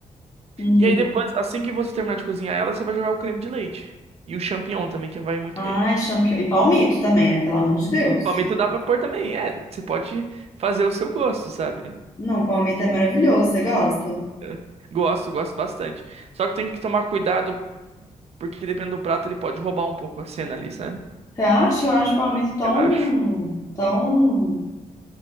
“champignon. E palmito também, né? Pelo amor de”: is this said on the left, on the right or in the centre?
Left